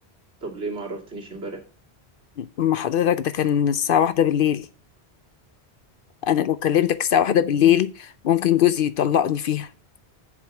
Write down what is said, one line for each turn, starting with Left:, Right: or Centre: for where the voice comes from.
Right: طب ليه ما عرفتنيش امبارح
Left: ما حضرتك ده كان الساعة واحدة بالليل أنا لو كلمتك الساعة واحدة بالليل ممكن جوزي يطلقني فيها